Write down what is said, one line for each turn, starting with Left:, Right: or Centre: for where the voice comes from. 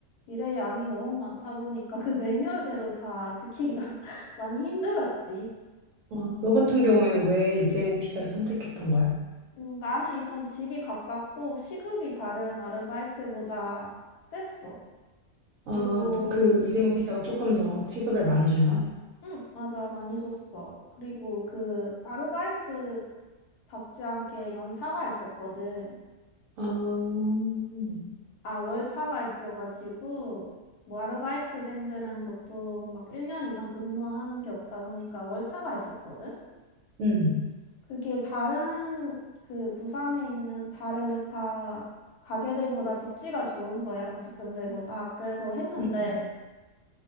Left: 일의 양이 너무 많다 보니까 그 매뉴얼대로 다 지키기가 <laughs> 많이 힘들었지.
Right: 어, 너 같은 경우에는 왜 이재모 피자를 선택했던 거야?
Left: 음, 나는 일단 집이 가깝고 시급이 다른 아르바이트보다 셌어.
Right: 아,
Left: 그리고
Right: 그 이재모 피자가 조금 더 시급을 많이 주나?
Left: 응, 맞아, 많이 줬어. 그리고 그 아르바이트답지 않게 연차가 있었거든.
Right: 아, 음,
Left: 아, 월차가 있어가지고, 뭐, 아르바이트생들은 보통 막 1년 이상 근무하는 게 없다 보니까 월차가 있었거든?
Right: 음,
Left: 그게 다른, 그 부산에 있는 다른 여타 가게들보다 복지가 좋은 거야, 음식점들보다. 그래서 했는데,
Right: 음.